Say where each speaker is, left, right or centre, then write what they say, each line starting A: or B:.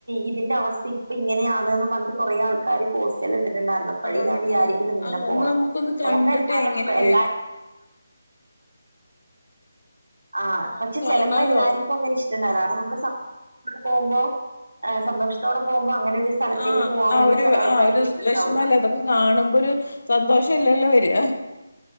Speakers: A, on the right; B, on the left.
A: ഇതിന്റെ അവസ്ഥ ഇപ്പൊ ഇങ്ങനെയാണ്ന്ന് പറഞ്ഞിട്ട് കൊറെേ ആൾക്കാർ പോസ് ഇട്ടിട്ടുണ്ടായിരുന്നു അപ്പോഴേ
B: ആഹ്
A: ഞാൻ
B: ഇടുന്നു
A: വിാരിക്കുന്നുണ്ട് ഇങ്ങനെ
B: ആഹ് ഒന്ന്
A: പോണം
B: നമുക്കൊന്ന് കണ്ടിട്ട്
A: നോക്ക എല്ലും
B: എങ്ങനെ
A: എല്ലാരും ആഹ് പക്ഷെ
B: ഒന്ന്
A: ചിലപ്പോ
B: കാണാലോ
A: എല്ലാർക്കും അങ്ങനെ ഇഷ്ടം കാരണം നമ്മ പോകുമ്പോ സന്തോഷത്തോടെ പോകുമ്പോ അങ്ങനെ ഒരു സ്ഥലത്തേക്ക്
B: ആഹ്
A: പോവാൻ
B: ആഹ്
A: വേണ്ടി
B: ഒരു
A: ചെല ആൾക്കാർക്ക്
B: ആഹ് ഒരു
A: ഇഷ്ടണ്ടാവില്ല
B: വിഷമല്ല അതൊക്കെ കാണുമ്പോ ഒരു സന്തോഷം ഇല്ലല്ലോ വെര